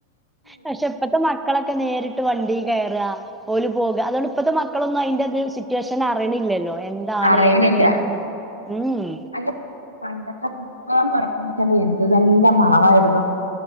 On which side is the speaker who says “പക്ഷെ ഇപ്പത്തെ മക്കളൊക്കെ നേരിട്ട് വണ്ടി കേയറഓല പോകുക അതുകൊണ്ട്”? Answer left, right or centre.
Centre